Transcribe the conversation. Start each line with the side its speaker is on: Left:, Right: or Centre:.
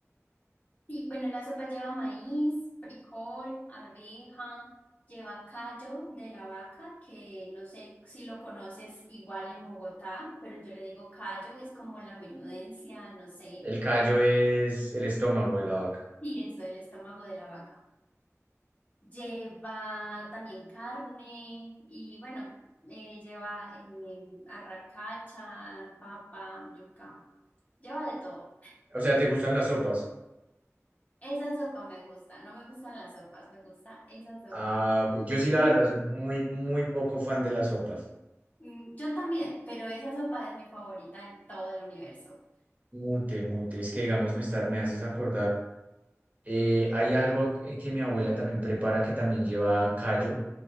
Left: Sí, bueno, la sopa lleva maíz, frijol, arveja, lleva callo de la vaca, que no sé si lo conoces igual en Bogotá, pero yo le digo callo, es como la menudencia, no sé,
Right: El callo es el estómago de la vaca.
Left: y eso, el estómago de la vaca. Lleva también carne y bueno, eh, lleva eh, arracacha, papa, yuca, lleva de todo.
Right: O sea, ¿te gustan las sopas?
Left: Esa sopa me gusta, no me gustan las sopas, me gusta esa sopa.
Right: Ah, ok. Yo sí, la
Left: <laughs>
Right: verdad, soy muy, muy poco fan de las sopas.
Left: Mm, Yo también, pero esa sopa es mi favorita en todo el universo.
Right: Mute, mute. Es que, digamos, me está, me haces acordar. eh, hay algo que que mi abuela también prepara que también lleva callo,